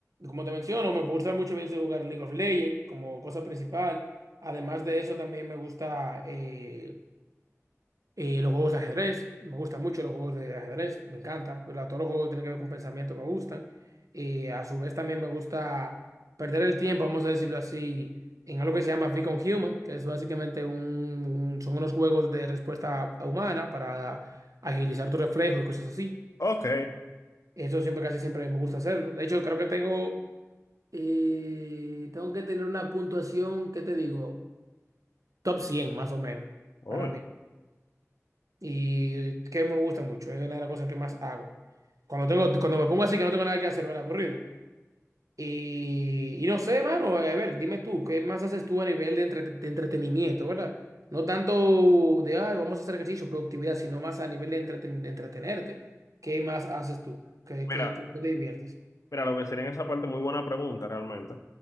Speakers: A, on the right; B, on the left.
A: Como te menciono, me gusta mucho a veces jugar League of Legends como cosa principal. Además de eso, también me gusta eh, Eh, los juegos de ajedrez, me gustan mucho los juegos de ajedrez, me encanta. Pero todos los juegos que tienen que ver con pensamiento me gustan. Eh, a su vez también me gusta perder el tiempo, vamos a decirlo así, en algo que se llama Beacon Human, que es básicamente un, un- son unos juegos de respuesta humana para agilizar tu reflejo y cosas así.
B: Ok,
A: Eso siempre, casi siempre me gusta hacerlo. De hecho, creo que tengo, eh, tengo que tener una puntuación, ¿qué te digo? Top 100 más o menos
B: uy,
A: para mí. y que me gusta mucho, es una de las cosas que más hago. Cuando tengo, cuando me pongo así que no tengo nada que hacer, ¿verdad? Aburrido. Y, y no sé, mano, a ver, dime tú, ¿qué más haces tú a nivel de, entre- de entretenimiento, ¿verdad? No tanto de, ay, vamos a hacer ejercicio, productividad, sino más a nivel de, entreten- de entretenerte. ¿Qué más haces tú? ¿Qué,
B: mira,
A: qué, qué te diviertes?
B: mira, lo que sería en esa parte, muy buena pregunta realmente.